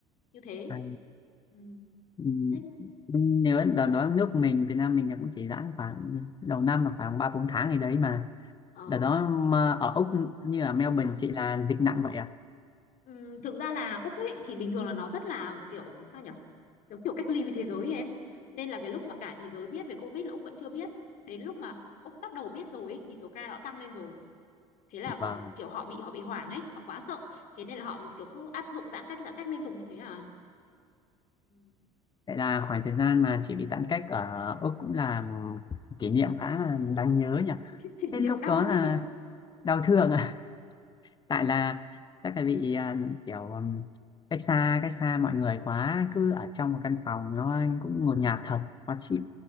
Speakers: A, on the left; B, on the left.
A: như thế
B: à,
A: ừ.
B: ừm,
A: thế
B: nếu đợt đó nước mình, Việt Nam mình là cũng chỉ giãn khoảng đầu năm là khoảng ba bốn tháng gì đấy mà.
A: ờ,
B: Đợt đó mà ở Úc như ở Melbourne chị là dịch nặng vậy à?
A: ừ, thực ra là Úc ấy thì bình thường là nó rất là kiểu sao nhở kiểu, kiểu cách ly với thế giới ấy em nên là cái lúc mà cả thế giới biết về Covid là Úc vẫn chưa biết đến lúc mà Úc bắt đầu biết rồi ấy, thì số ca nó tăng lên rồi thế là
B: Vâng,
A: ừ, kiểu họ bị họ bị hoảng ấy họ quá sợ thế nên là họ kiểu cứ áp dụng giãn cách giãn cách liên tục như thế à Ừ, <laughs>
B: vậy là khoảng thời gian mà chị bị giãn cách ở Úc cũng là kỷ niệm khá là đáng nhớ nhỉ?
A: cái kỷ
B: Thế
A: niệm
B: lúc
A: đau
B: đó là
A: thương
B: đau thương à <laughs> tại là chắc là bị à, kiểu ừm, cách xa cách xa mọi người quá cứ ở trong một căn phòng nó cũng
A: rồi
B: ngột ngạt thật khó chịu